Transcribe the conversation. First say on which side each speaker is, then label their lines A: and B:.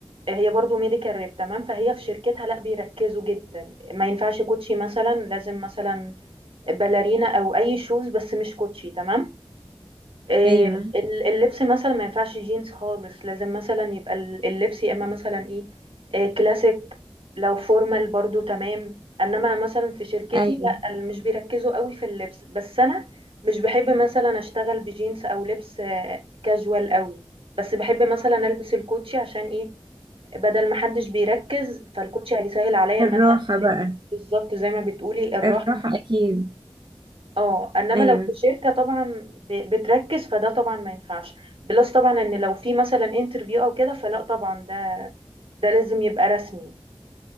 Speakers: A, on the right; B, on the right.
A: هي برضو ميديكال ريب تمام فهي في شركتها لا بيركزوا جدا ما ينفعش كوتشي مثلا لازم مثلا باليرينا او اي شوز بس مش كوتشي تمام آه،
B: ايوه
A: ال- اللبس مثلا ما ينفعش جينز خالص لازم مثلا يبقى ال- اللبس يا اما مثلا ايه آه، كلاسيك لو فورمال برضو تمام انما انا مثلا في شركتي
B: ايوه
A: لا ال- مش بيركزوا قوي في اللبس بس انا مش بحب مثلا اشتغل بجينز او لبس آه، كاجوال قوي بس بحب مثلا البس الكوتشي عشان ايه بدل ما حدش بيركز فالكوتشي هيسهل عليا
B: الراحة
A: ان انا
B: بقى
A: الف بالظبط زي ما بتقولي الراحة
B: الراحة اكيد
A: اه انما
B: ايوه
A: لو في شركه طبعا ب- بتركز فده طبعا ما ينفعش بلس طبعا ان لو في مثلا انترفيو او كده فلا طبعا ده ده لازم يبقى رسمي